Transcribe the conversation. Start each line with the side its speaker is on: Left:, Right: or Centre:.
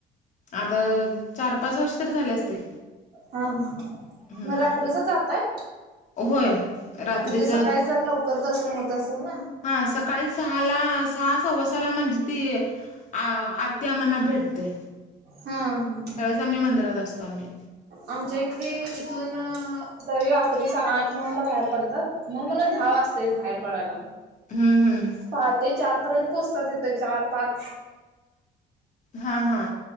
Left: आता चार पाच वर्ष तरी झाले असतील.
Right: हा मग
Left: हम्म
Right: रात्रीच जाताय?
Left: होय रात्रीच
Right: म्हणजे सकाळी जरा लवकर दर्शन होत असेल ना?
Left: हा सकाळी सहाला सहा सव्वासाला म्हणजे ती अ आरती आम्हाना भेटते
Right: हा हा
Left: त्यावेळेस आम्ही मंदिरात असतो आम्ही.
Right: आमच्या इथली इ इथून तरी रात्री आठ नऊ ला बाहेर पडतात. मग मला दहा वाजतात बाहेर पडायला.
Left: हम्म हम्म
Right: पहाटे चार पर्यंत पोहोचतात तिथ चार पाच.
Left: हा हा